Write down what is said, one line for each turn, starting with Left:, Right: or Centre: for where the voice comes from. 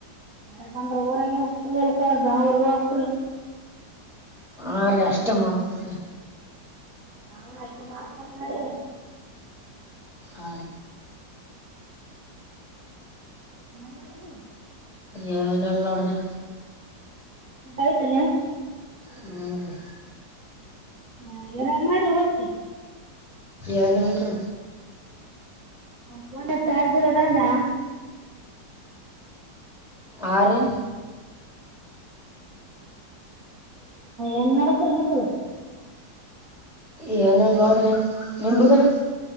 Right: ಮಳೆ ಬಂದ್ರ ಊರಾಗ ಬೆಂಗಳೂರು ಹೋಗ್ಬೇಕ್ರಿ
Centre: ಆ ಅಷ್ಟೇ ಮಾಡಬೇಕು
Right: ನಾನ್ ಅಷ್ಟು ಮಾಡ್ಕೊಂಡು ಮಾಡಡಿದ್ರ
Centre: ಆ
Right: ನಲ್ಲ ಮಾಡಡಂದು
Centre: ಏನ್ ಇಲ್ ನೋಡ್ರಿ
Right: ಊಟ ಆಯ್ತ್ರಿ
Centre: ಹೂ ರಿ
Right: ಹಾ ಏನೋ ಮಾಡ್ರಿ ಊಟ
Centre: ಏನು ಇಲ್ರಿ
Right: ನನ್ ಫೋನ್ ನ ಚಾರ್ಜ್ ಇಲ್ಲ ಅಣ್ಚಾ
Centre: ಆ ರಿ
Right: ಏನ್ ನಡದ್ರ <unintelligible>
Centre: ಏನಲ್ ನೋಡ್ರಿನಿ ಬದ್ರ